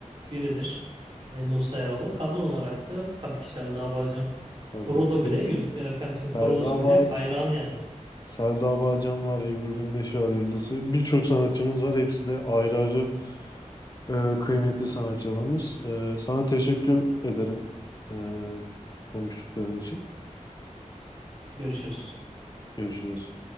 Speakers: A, on the right; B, on the left.
A: biridir e, Musa Eroğlu. Kadın olarak da tabii ki Selda Bağcan Frodo
B: Vallahi
A: bile Yüzüklerin Efendisi'nin Frodo'su
B: Selda Ava-
A: bile hayran yani.
B: Selda Avacan var, Ebru Gündeş var, Yıldız. Tilbe. Birçok sanatçımız var. Hepsi de ayrı ayrı Ee, kıymetli sanatçılarımız. Ee, sana teşekkür ederim ee, konuştukların için.
A: Görüşürüz.
B: Görüşürüz.